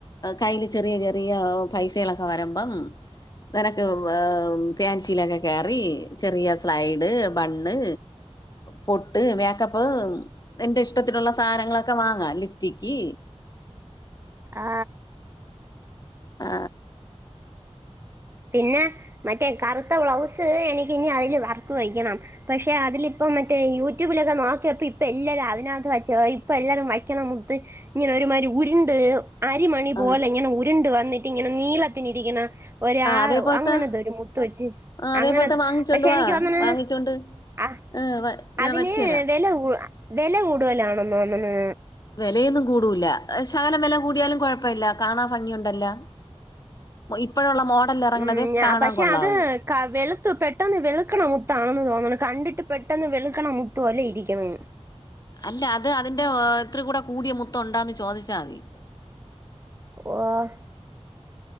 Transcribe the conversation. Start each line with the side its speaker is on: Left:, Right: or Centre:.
Left: കയ്യിൽ ചെറിയ ചെറിയ പൈസളെക്കെ വരുമ്പം നിനക്ക് ഏ ഫേൻസിയിലൊക്കെ കേയറി ചെറിയ സ്ലൈഡ്, ബണ്ണ്, പൊട്ട്, മേക്കപ്പ് നിന്റെ ഇഷ്ടത്തിനുള്ള സാനങ്ങളൊക്കെ വാങ്ങാ, ലിഫ്റ്റിക്കി
Right: ആ
Left: ആ
Right: പിന്നെ മറ്റേ കറുത്ത ബ്ലൗസ് എനിക്ക് ഇനി അതില് വർക്ക് വയ്ക്കണം. പക്ഷെ അതില് ഇപ്പം മറ്റേ യൂട്യൂബിലൊക്കെ നോക്കിയപ്പ ഇപ്പൊ എല്ലാരും അതിനകത്ത് വച്ച ഇപ്പൊ എല്ലാരും വയ്ക്കണ മുത്ത് ഇങ്ങനെ ഒരുമാരി ഉരുണ്ട് അരിമണി
Left: ആഹ്
Right: പോലെങ്ങനെ ഉരുണ്ട് വ എന്നിട്ട് ഇങ്ങനെ നീളത്തിന് ഇരിക്ക്ണ ഒരാളു
Left: ആഹ് അതേപോലത്തെ
Right: അങ്ങനെത്തൊരു മുത്ത് വെച്ച്
Left: ആഹ് അതേപോലത്തെ
Right: അങ്ങന
Left: വാങ്ങിച്ചോണ്ട്
Right: പക്ഷെ
Left: വാ
Right: എനിക്ക് തോന്ന്ണ്
Left: വാങ്ങിച്ചോണ്ട്
Right: ആ
Left: ആഹ് ഞാൻ
Right: അതിന്
Left: വച്ച് തരാം
Right: വെല കൂട വെല കൂടുതലാണൊന്ന് തോന്ന്ണ്
Left: വെലയൊന്നും കൂടൂല്ല. ശകലം വെല കൂടിയാലും കുഴപ്പല്ല കാണാൻ ഫംഗിയുണ്ടല്ലോ ഇപ്പോഴുള്ള മോഡലിൽ ഇറങ്ങണതേ
Right: മ് നാ
Left: കാണാൻ
Right: പക്ഷെ
Left: കൊള്ളാവൂ
Right: അത് ക വെളുത്തു പെട്ടെന്ന് വെള്ക്ക്ണ മുത്താണെന്ന് തോന്നണ് കണ്ടിട്ട് പെട്ടെന്ന് വെളുക്കണമുത്തോലെ ഇരിക്കിണ്ന്ന്
Left: അല്ല അത് അതിന്റെ ഓ എത്ര കൂടെ കൂടിയ മുത്ത്ഉണ്ടാന്ന് ചോദിച്ചാമതി
Right: <unintelligible>